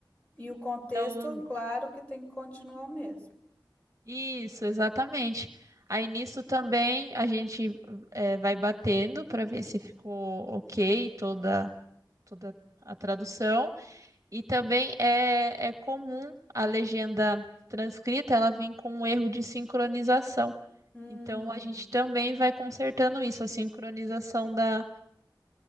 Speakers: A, on the left; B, on the right.
A: E o contexto,
B: Então,
A: claro que tem que continuar o mesmo.
B: isso, exatamente. Aí nisso também a gente eh, vai batendo para ver se ficou ok toda toda a tradução. E também é, é comum a legenda transcrita ela vir com um erro de sincronização.
A: Hum.
B: Então a gente também vai consertando isso, a sincronização da